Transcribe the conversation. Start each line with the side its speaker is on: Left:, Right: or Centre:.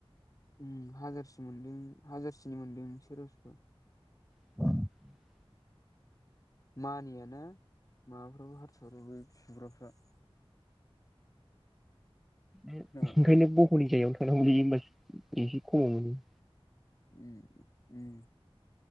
Left: ओम हाजारसे मोनदों हाजारसेनि मोनदों सोरबा सोरबा।
Centre: <inaudible>
Left: मानियाना माबाफ्राबो हारस्राफ्राबो <unintelligible>
Centre: ओंखायनो
Left: खोनाबाय
Centre: <unintelligible> थांनांगौलै होमबा एसे खमाव मोनो।
Left: उम उम।